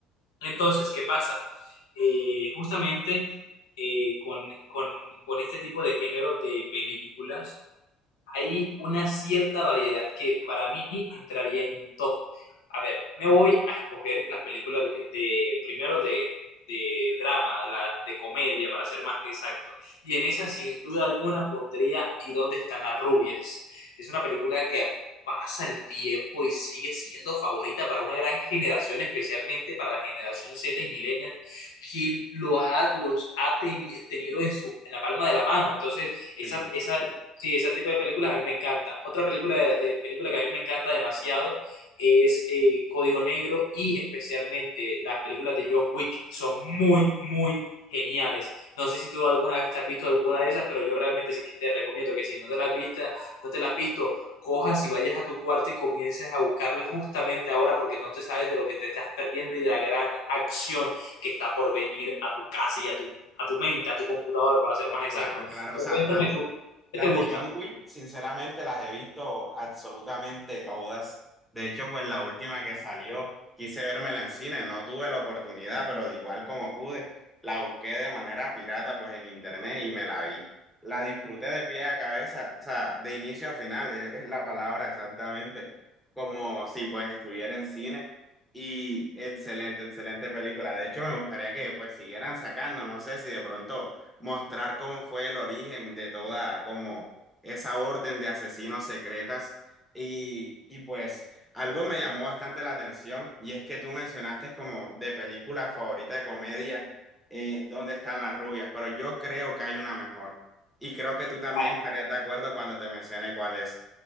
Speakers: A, on the left; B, in the centre.
A: Entonces, ¿qué pasa? Eh, justamente eh, con, con, con este tipo de género de películas hay una cierta variedad que para mí entraría en un top. A ver, me voy a escoger las películas de, de- primero de, de drama, las de comedia, para ser más exacto. Y en esa, sin duda alguna, pondría ¿Y dónde están las rubias? Es una película que pasa el tiempo y sigue siendo favorita para una gran generación, especialmente para la generación Z y millennials, quien lo ha, los ha teni- tenido en su, en la palma de la mano. Entonces, esa,
B: Sí,
A: esa
B: sí.
A: Sí, ese tipo de películas a mí me encanta. Otra película, de, de- película que a mí me encanta demasiado es eh, Código Negro y especialmente las películas de John Wick. Son muy, muy geniales. No sé si tú alguna vez te has visto alguna de esas, pero yo realmente sí que te recomiendo que si no te las has visto, no te las has visto, cojas y vayas a tu cuarto y comiences a buscarlas justamente ahora porque no te sabes de lo que te estás perdiendo y de la gran acción que está por venir a tu casa y a tu, a tu mente, a tu computador, para ser más exacto.
B: Claro, claro.
A: Pero
B: O sea,
A: cuéntame
B: las de,
A: tú,
B: las
A: ¿qué te gusta?
B: de John Wick, sinceramente, las he visto absolutamente todas. De hecho, pues la última que salió, quise vérmela en cine, no tuve la oportunidad, pero de igual como pude, la busqué de manera pirata, pues en internet y me la vi. La disfruté de pie a cabeza, o sea, de inicio a final, es, es la palabra exactamente, como si pues estuviera en cine. Y excelente, excelente película. De hecho, me gustaría que pues siguieran sacando, no sé si de pronto mostrar cómo fue el origen de toda como esa orden de asesinos secretas. Y, y pues algo me llamó bastante la atención y es que tú mencionaste como de película favorita de comedia, eh, ¿dónde están las rubias? Pero yo creo que hay una mejor y creo que tú también
A: Vale.
B: estarías de acuerdo cuando te mencioné cuál es.